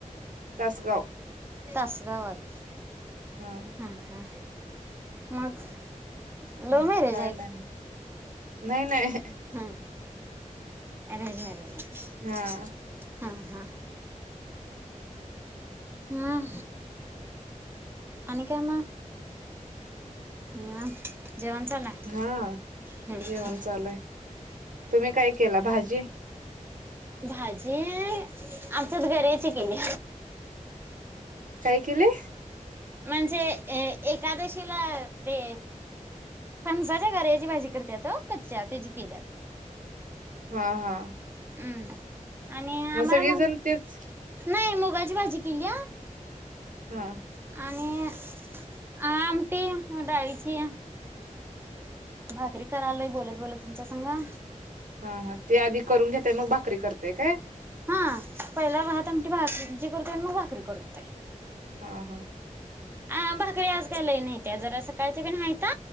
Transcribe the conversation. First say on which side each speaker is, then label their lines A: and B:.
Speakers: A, on the right; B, on the right.
A: तासगाव
B: तासगावात
A: हां,
B: हा हा मग लव्ह
A: हम्म
B: मॅरेज
A: काय नाय नाय नाय.
B: हा अरेंज मॅरेज आहे.
A: हां,
B: हां हां हं आणि काय मग निवांत जेवण झालं
A: हा
B: हम्म
A: जेवण
B: हम्म
A: चालुया आहे तुम्ही काय केला भाजी?
B: भाजी आमच्यात गऱ्याची केली.
A: काय केलय?
B: म्हणजे अ एकादशीला ते फणसाच्या गऱ्याची भाजी करत्यात ओ कच्च्या त्या जी केल्यात
A: हा हा
B: अम्म आणि आम्हाला
A: सगळेजण
B: मग
A: तेच
B: नाही मुगाची भाजी केलीया
A: हां,
B: आणि आ आमटी डाळीची भाकरी करालोय बोलत बोलत मी च्या संगा
A: हा हा ते आधी करून घेताय मग भाकरी करताय काय?
B: हा पहिला भात, आमटी, भाकरी ते करतोय नं मग भाकरी करतोय.
A: हा, ह
B: अ भाकरी आज काय लयी नाहीत्या जरा सकाळच्या पण हायता.